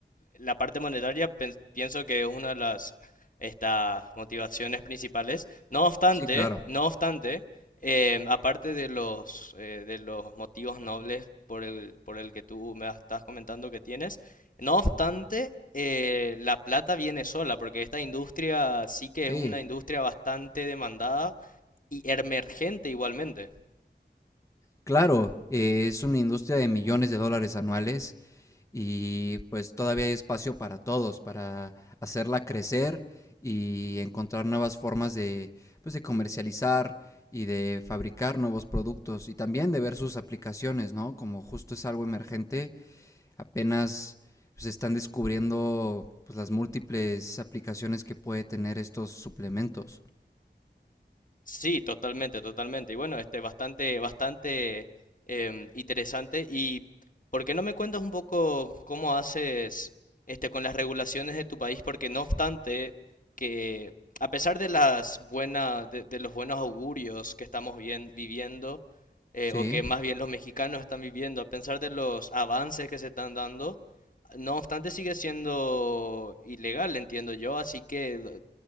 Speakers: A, on the left; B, on the left.
A: la parte monetaria pen- pienso que es una de las estas motivaciones principales. No obstante,
B: Sí, claro.
A: no obstante, em, aparte de los eh, de los motivos nobles por el por el que tú me estás comentando que tienes, no obstante, eh, la plata viene sola, porque esta industria sí que
B: Sí,
A: es una industria bastante demandada y emergente igualmente.
B: claro. eh, es una industria de millones de dólares anuales y pues todavía hay espacio para todos, para hacerla crecer y encontrar nuevas formas de, pues, de comercializar y de fabricar nuevos productos y también de ver sus aplicaciones, ¿no? Como justo es algo emergente, apenas se están descubriendo pues, las múltiples aplicaciones que puede tener estos suplementos.
A: Sí, totalmente, totalmente. Y bueno, este, bastante, bastante em, interesante. ¿Y por qué no me cuentas un poco cómo haces este con las regulaciones de tu país? Porque no obstante que, a pesar de las buenas, de, de los buenos augurios que estamos bien, viviendo, eh,
B: Sí,
A: o que más bien los mexicanos están viviendo, a pesar de los avances que se están dando, no obstante sigue siendo ilegal, entiendo yo. Así que